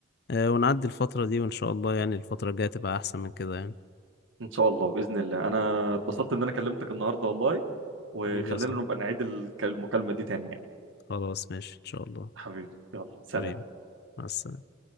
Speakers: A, on the left; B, on the right.
A: آه، ونعدي الفترة دي وإن شاء الله يعني الفترة الجاية تبقى أحسن من كده يعني
B: ان شاء الله باذن الله انا اتبسطت ان انا كلمتك النهارده والله وخلينا
A: حبيبي يا صاحبي
B: نبقى نعيد الك- المكالمه دي تاني يعني
A: خلاص ماشي إن شاء الله
B: حبيبي يلا سلام
A: حبيبي مع السلامة